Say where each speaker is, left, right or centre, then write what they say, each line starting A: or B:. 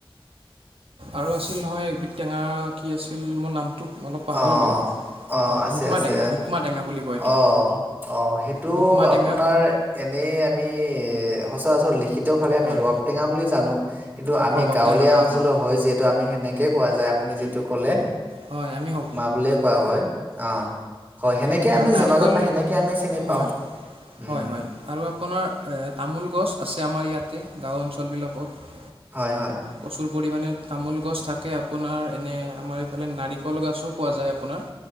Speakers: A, on the right; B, on the right.
A: আৰু আছিল নহয় একবিধ টেঙা কি আছিল মোৰ নামটো- অলপ পাহৰিলোঁ
B: অ অ আছে
A: হুকমা
B: আছে।
A: টেঙা হুকমা টেঙা বুলি কয় এইটো
B: অ অ সেইটো
A: হুকমা টেঙা
B: আপোনাৰ এনেই আমি এ সচৰাচৰ লিখিতভাৱে আমি
A: হয়
B: ৰবাব টেঙা বুলি জানো কিন্তু আমি
A: ৰবাব
B: গাঁৱলীয়া
A: টেঙা বুলি
B: অঞ্চলৰ
A: কওঁ
B: হয় যিহেতু আমি সেনেকে কোৱা যায় আপুনি যিটো কলে
A: হয় আমিও
B: মা বুলিয়ে কোৱা হয় অ হয় সেনেকে
A: আৰু
B: আমি
A: নাৰিকল
B: জনাজত বা সেনেকে আমি চিনি
A: হয়
B: পাওঁ উম,
A: হয় হয় আৰু আপোনাৰ তামোল গছ আছে আমাৰ ইয়াতে গাঁও অঞ্চলবিলাকত
B: হয়, হয়,
A: প্ৰচুৰ পৰিমামানে তামোল গছ থাক তাকে আপোনাৰ এনে আমাৰ এইফালে নাৰিকল গাছও পোৱা যায় আপোনাৰ